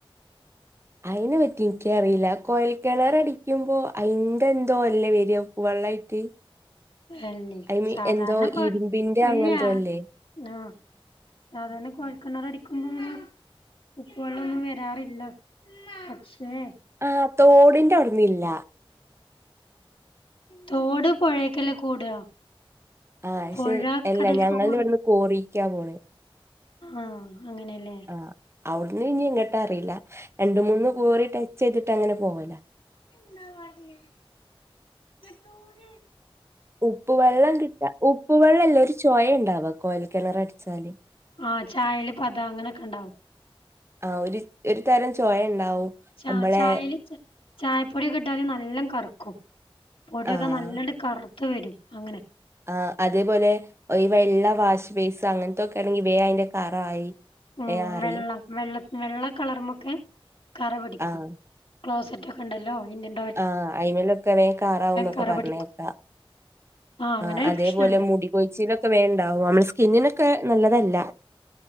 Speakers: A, on the right; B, on the left.
A: അയിനെ പറ്റി ഇൻക്കറീല്ല കോയൽക്കിണർ അടിക്കുമ്പോ അയിന്റെന്തോ അല്ലേ വരാ ഉപ്പ് വെള്ളായിട്ട്
B: അല്ലേ
A: ഐ മീൻ
B: സാധാരണ
A: എന്തോ
B: കൊ
A: ഇരുമ്പിന്റെ അങ്ങെന്തോ
B: ഇല്ല
A: അല്ലേ
B: ആഹ് സാധാരണ കൊഴൽക്കെണർ അടി ക്കുമ്പോ ങ്ങനെ ഉപ്പ് വെള്ളൊന്നും വരാറില്ല പക്ഷേ
A: ആഹ് തോടിന്റെ അവ്ടിന്നില്ല
B: തോട് പുഴേക്കല്ല കൂടാ
A: ആഹ് പക്ഷെ
B: പൊഴ
A: അല്ലാ
B: കടൽക്ക്
A: ഞങ്ങൾത്
B: കൂടും
A: ഇവിടെന്ന് കോറിക്കാ പോണ്
B: ആഹ് അങ്ങനെലേ
A: ആഹ് അവിടന്ന് ഇഞ്ഞി എങ്ങട്ടാ അറീല്ല രണ്ട് മൂന്ന് കോറി ടച്ച് ചെയ്തിട്ട് അങ്ങനെ പോവല
B: ന്ന മറിയ മോര
A: ഉപ്പ് വെള്ളം കിട്ടാ ഉപ്പ് വെള്ളംല്ല ഒരു ചൊയണ്ടാവാ കൊയൽ കിണർട്ച്ചാല്
B: ആഹ് ചായേൽ പത അങ്ങനെക്കെ ഉണ്ടാവും
A: ആഹ് ഒരു ഒരു തരം ചൊയ ഉണ്ടാവും
B: ച
A: നമ്മളെ
B: ചായൽ ചായപ്പൊടിയൊക്കെ ഇട്ടാലും നല്ല കറുക്കും പൊടിയൊക്കെ
A: ആഹ്
B: നല്ലണ്ട് കറുത്ത് വരും അങ്ങനെ
A: ആ അതേപോലെ ഈ വെള്ള വാഷ് വേസ് അങ്ങൻത്തൊക്കെ ആണെങ്കി വേ അയിന്റെ കറായി
B: ഉം
A: വേം അറിയും
B: വെള്ളം വെള്ള വെള്ള കളറുമക്ക് കറ പിടിക്കും
A: ആഹ്
B: ക്ലോസെറ്റ് ഒക്കെണ്ടല്ലോ ഇന്റൻ
A: ആഹ് അയിമലൊക്കെ വേം കാറാവന്നൊക്കെ
B: കറ
A: പറഞ്ഞേക്കാ
B: പിടിക്കും അങ്ങനെ
A: ആഹ്
B: ഒരു
A: അതേപോലെ
B: പ്രശ്നണ്ട്
A: മുടി കൊഴിച്ചിലൊക്കെ വേണ്ടാവും നമ്മള് സ്കിന്നിനൊക്കെ നല്ലതല്ല